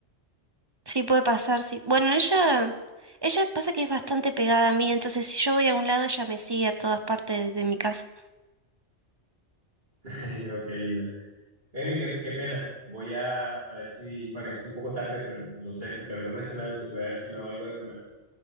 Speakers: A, on the right (about 30°); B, on the right (about 55°).
A: sí puede pasar, sí. Bueno, ella, ella pasa que es bastante pegada a mí, entonces si yo voy a un lado, ella me sigue a todas partes de mi casa.
B: <laughs> Y creo que linda. Amy, qué, qué pena. Voy a, a ver si, bueno, es un poco tarde, pero no sé, <laughs> creo que no es nada, entonces voy a ver si me hago algo de comer.